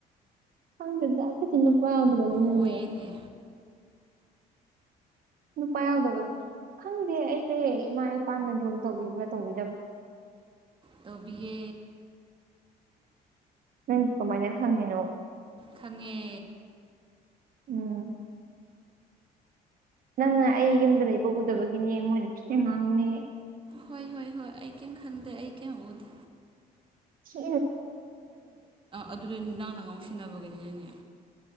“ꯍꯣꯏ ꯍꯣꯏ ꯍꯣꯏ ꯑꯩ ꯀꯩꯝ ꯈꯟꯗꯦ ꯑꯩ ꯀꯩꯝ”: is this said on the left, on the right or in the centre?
Right